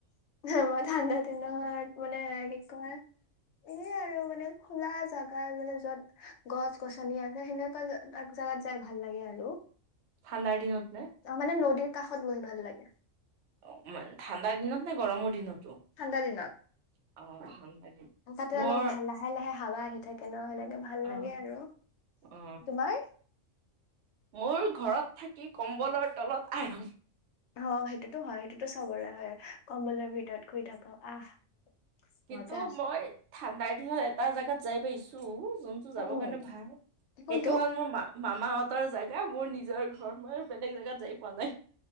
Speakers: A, on the left; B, on the right.
A: মই ঠাণ্ডা দিনৰ মানে কি কয়। এয় আৰু মানে খোলা জোগা মানে যত গছ গছনি আছে সেনেকুৱা। জগাত যাই ভাল লাগে আৰু।
B: ঠাণ্ডাৰ দিনত নে।
A: অ মানে নদীৰ কাষত বহি ভাল লাগে।
B: অন ঠাণ্ডাৰ দিনত নে গৰমৰ দিনত।
A: ঠাণ্ডা, দিনত
B: অ। দিন
A: তাতে
B: মোৰ
A: অলপ ভাল লাহে লাহে হাৱা আহি থাকে ন সেনেকে ভাল
B: অ
A: লাগে আৰু
B: অ
A: তোমাৰ।
B: মোৰ ঘৰত থাকি কম্বলৰ তলত আৰাম।
A: অ সেইটোতো হয় সেইটোতো চবৰে হয় কম্বলৰ ভিতৰত শুই থাক আহ।
B: সেইটো
A: মজা।
B: মই ঠাণ্ডাৰ, দিনত এটা জাগাত যাই পাইিছো। যোনটো
A: উম
B: যাবৰ
A: উম।
B: কাৰণে ভাল সেইটো
A: কোনটো
B: হ'ল মোৰ মা মামাহঁতৰ জেগা মোৰ নিজৰ ঘৰ মই বেলেগ জেগাত যাই পোৱা নাই।